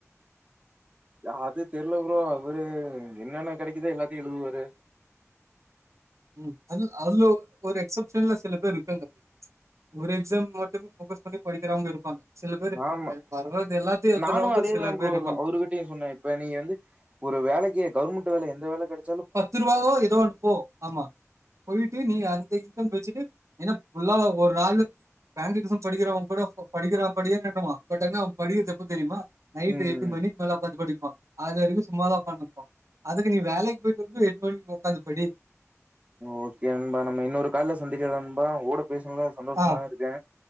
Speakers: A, on the right; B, on the right.
A: அ அது தெரியல ப்ரோ அவரு என்னென்ன கெடைக்குதா எல்லாத்தையு எழுதுவாரு
B: உம் அது அதுல ஒரு எக்சப்ஷன்ல சில பேர் இருக்காங்க அப்டி ஒரு எக்ஸாம் க்கு மட்டுமே ஃபோகஸ் பண்ணி படிக்கிறவங்க இருப்பாங்க சில பேர்
A: ஆமா
B: அ வர்றது எல்லாத்தையும் எழுதுறவங்க
A: நானு அதேதா
B: சில
A: ப்ரோ
B: பேர் இருப்பாங்க
A: அவருகிட்டயு சொன்னே இப்ப நீ வந்து ஒரு வேலைக்கு கவர்மெண்ட் வேல எந்த வேல கெடச்
B: பத்து ரூபாவோ இருப்பதே ஆமா போயிட்டு நீ அந்த போன் வச்சட்டு ஏனா ஒரு நாள் பேங்க்ண்ட் படிக்கிறவன் கூட படிக்கிறா படிக்கிறான் பட் அவ படிக்கிறது எப்ப தெரியுமா நைட்டு
A: ம்
B: எட்டு மணிக்கு மேல ஓக்காந்தி படிப்பா அதுவரைக்கும் சும்மாதா உக்காந்துருப்போம் அதுக்கு நீ வேலைக்கு போய்ட்டு புக்கு எட்டு் மணிக்கு உக்காந்து படி
A: ஓகே நண்பா இன்னொரு கால்ல சந்திக்கல நண்பா ஓட பேசனல்லா சந்தோஷமா
B: ஆ
A: இருக்கே